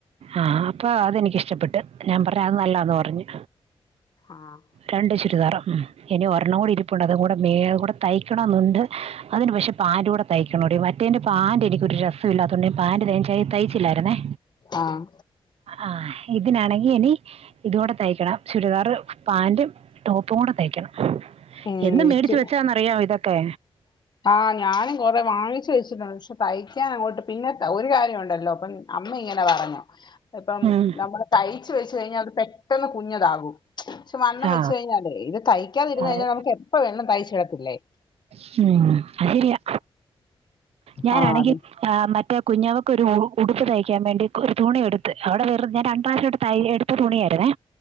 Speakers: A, on the right (about 85°); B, on the left (about 45°).
A: ആഹ് അപ്പൊ അത് എനിക്കിഷ്ടപ്പെട്ട് ഞാൻ പറഞ്ഞ് അത് നല്ലതാന്ന് പറഞ്ഞു
B: ആഹ്
A: രണ്ട് ചുരിദാറ ഉം ഇനി ഒരെണ്ണം കൂടെ ഇരിപ്പുണ്ട് അതും കൂടെ മേ അത് കൂടെ തയ്ക്കണം എന്നുണ്ട് അതിന് പക്ഷെ പാന്റൂടെ തയ്ക്കണോടി മറ്റേതിന്റെ പാന്റ് എനിക്കൊരു രസമില്ലാ ത്തോണ്ട്‌ പാന്റ് <unintelligible> തയ്ച്ചില്ലാരുന്നേ
B: ആഹ്
A: ആഹ് ഇതിനാണെങ്കി ഇനി ഇതൂടെ തയ്ക്കണം ചുരിദാറ് പാന്റും ടോപ്പും കൂടെ തൈക്കണം
B: ഏഹ്
A: എന്ന് മേടിച്ച് വെച്ചതാന്നറിയാവോ ഇതൊക്കെ
B: ആഹ് ഞാനും കൊറെ വാങ്ങിച്ചു വെച്ചിട്ടുണ്ട് പക്ഷെ തയ്ക്കാൻ അങ്ങോട്ട് പിന്നെ ഒരു കാര്യം ഉണ്ടല്ലോ അപ്പൊ അമ്മ ഇങ്ങനെ പറഞ്ഞു ഇപ്പം
A: ഉം.
B: നമ്മള് തയ്ച്ച് വെച്ച് കഴിഞ്ഞാൽ അത് പെട്ടെന്ന് കുഞ്ഞതാകും പക്ഷെ വണ്ണം
A: ആ
B: വെച്ച് കഴിഞ്ഞാല് ഇത് തയ്ക്കാതിരുന്ന്
A: അത്
B: കഴിഞ്ഞാ നമുക്ക് എപ്പൊ വേണേലും തയ്ച്ചിടത്തില്ലേ
A: ഉം അത് ശരിയാ ഞാനാണെങ്കിൽ
B: ആ അത്
A: ആ മറ്റേ കുഞ്ഞവക്ക് ഒരു ഉടുപ്പ് തയ്ക്കാൻ വേണ്ടി ഒരു തുണി എടുത്ത് അവിടെ ഞാൻ രണ്ട്‌ പ്രാവശ്യം ആയിട്ട് ത എടുത്ത തുണിയാരുന്നേ